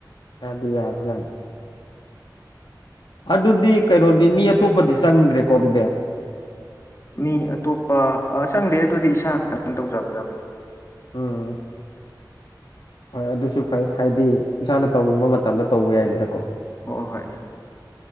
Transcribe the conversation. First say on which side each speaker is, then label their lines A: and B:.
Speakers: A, on the left (about 85°); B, on the left (about 40°).
A: ꯌꯥꯗꯤ ꯌꯥꯕꯖꯥꯠꯅ‌ꯦ ꯑꯗꯨꯗꯤ ꯀꯩꯅꯣꯗꯤ ꯃꯤ ꯑꯇꯣꯞꯄꯗꯤ ꯆꯪꯗ꯭ꯔꯦꯀꯣ ꯑꯗꯨꯗꯤ
B: ꯃꯤ ꯑꯇꯣꯞꯄ ꯑ ꯆꯪꯗꯦ ꯑꯗꯨꯗꯤ ꯏꯁꯥ ꯈꯛꯇꯪ ꯇꯧꯖꯒꯗꯕꯅꯤ
A: ꯎꯝ ꯍꯣꯏ ꯑꯗꯨꯁꯨ ꯐꯩ ꯍꯥꯏꯗꯤ ꯏꯁꯥꯅ ꯇꯧꯅꯤꯡꯕ ꯃꯇꯝꯗ ꯇꯧꯕ ꯌꯥꯏꯗꯅꯀꯣ
B: ꯍꯣꯏ ꯍꯣꯏ